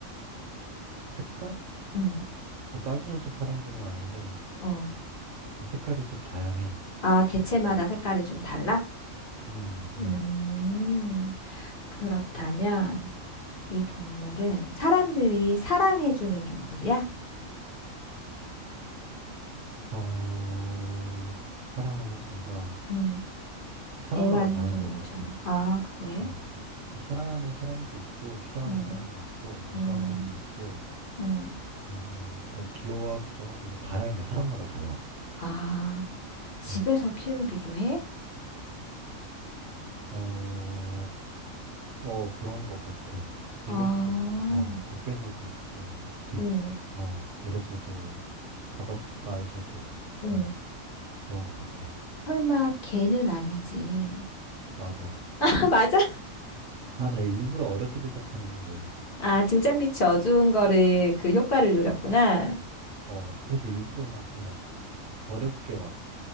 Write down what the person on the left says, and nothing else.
응.
어.
아, 개체마다
색깔이 좀 달라?
음, 그렇다면 이 동물은 사람들이 사랑해주는 동물이야?
응.
애완동물처럼.
아, 그래?
응,
응,
응.
아, 집에서
키우기도 해?
아,
오,
오.
설마 개는 아니지?
<laughs> 맞아?
아, 등잔빛이 어두운 거를 그 효과를 노렸구나.